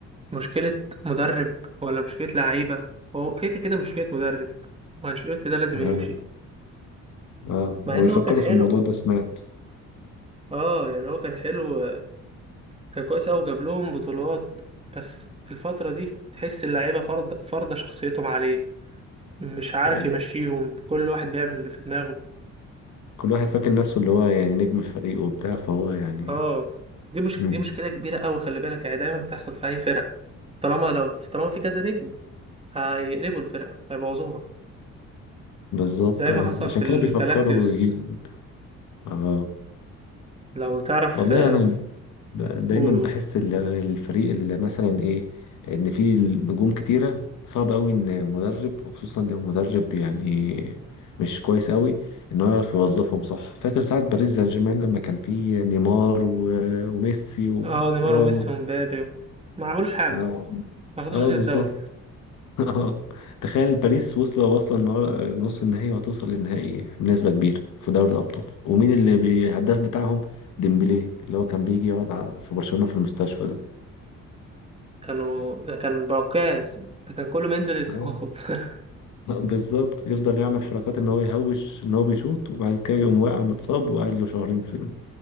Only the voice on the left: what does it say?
اه
اه
ويفكروا
في الموضوع ده سمعت
ايوه
كل واحد فاكر نفسه اللي هو يعني نجم الفريق وبتاع فهو يعني
مم.
بالظبط
اه
عشان
كده
بيفكروا يجيبوا اه
والله
انا ب- دايما
بحس
ال- الفريق اللي مثلا ايه ان فيه نجوم كتيره صعب قوي ان مدرب خصوصا لو مدرب يعني مش كويس قوي انه يعرف يوظفهم صح فاكر ساعه باريس سان جيرمان لما كان فيه نيمار و- وميسي و-
وراموس
اه
اه
بالظبط
<laughs> اه تخيل باريس واصلة واصلة النهار- نص النهائي وهتوصل للنهائي بنسبة كبيرة في دوري الأبطال ومين اللي بي- الهداف بتاعهم ديمبلي اللي هو كان بيجي يقعد ع- في برشلونة في المستشفى ده
آه.
<laughs> آه، بالظبط يفضل يعمل حركات ان هو يهوش ان هو بيشوط وبعد كده يقوم واقع متصاب وقاعد له شهرين في